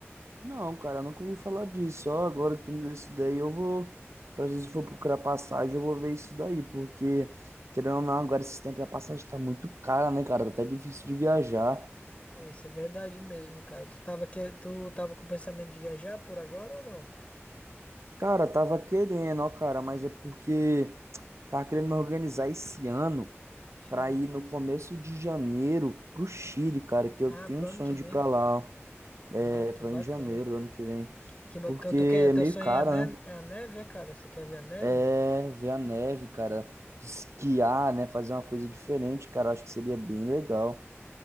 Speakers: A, on the right; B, on the left.
A: Não, cara, nunca ouvi falar disso. Só agora que tu me deu isso daí, eu vou. Pra vezes se for procurar passagem, eu vou ver isso daí, porque, querendo ou não, agora esse tempo da passagem tá muito cara, né, cara? Tá até difícil de viajar.
B: É, isso é verdade mesmo, cara. Tu tava, que... tu tava com pensamento de viajar por agora ou não?
A: Cara, tava querendo, ó, cara, mas é porque tava querendo me organizar esse ano
B: Sim.
A: pra ir no começo de janeiro pro Chile, cara, que eu
B: Ah,
A: tenho
B: pro
A: um sonho
B: ano que
A: de
B: vem.
A: ir pra lá, ó,
B: Ah,
A: é,
B: que
A: pra
B: bacana.
A: em janeiro do ano que vem,
B: Que bacana.
A: porque
B: Tu quer,
A: é
B: teu
A: meio
B: sonho
A: caro,
B: é a ne-
A: né?
B: é a neve, é, cara? Você quer ver a neve?
A: É, ver a neve, cara. Esquiar, né? Fazer uma coisa diferente, cara. eu Acho que seria bem legal.